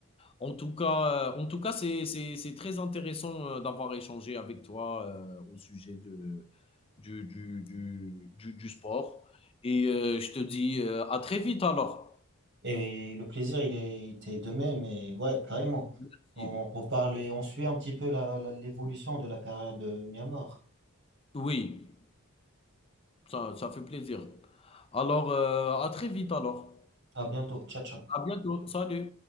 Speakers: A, on the left (about 25°); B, on the right (about 50°).
A: En tout cas, heu, en tout cas, c'est c'est c'est très intéressant, heu, d'avoir échangé avec toi, heu, au sujet de du du du du du sport et heu, je te dis, heu, à très vite alors.
B: Et le plaisir, il est était de même, et ouais, carrément.
A: Merci.
B: On reparle et on suit un petit peu la, la- l'évolution de la carrière de Myanmar.
A: Oui, ça ça fait plaisir. Alors, heu, à très vite alors.
B: À bientôt. Ciao, ciao.
A: À bientôt. Salut.